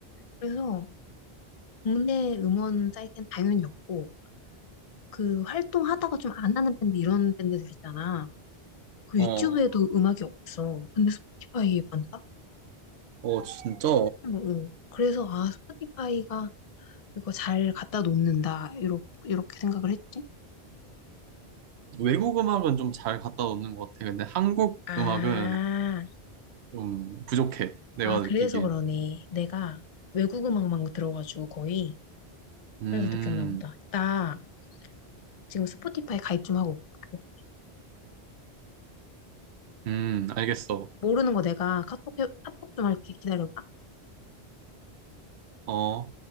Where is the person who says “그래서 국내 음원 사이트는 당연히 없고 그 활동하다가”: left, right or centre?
Left